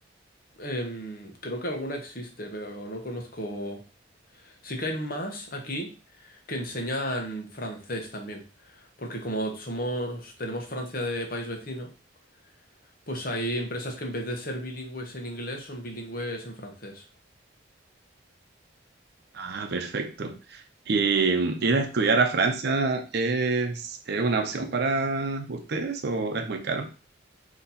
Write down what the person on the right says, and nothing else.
Ah, perfecto. ¿Y ir a estudiar a Francia es, es una opción para ustedes o es muy caro?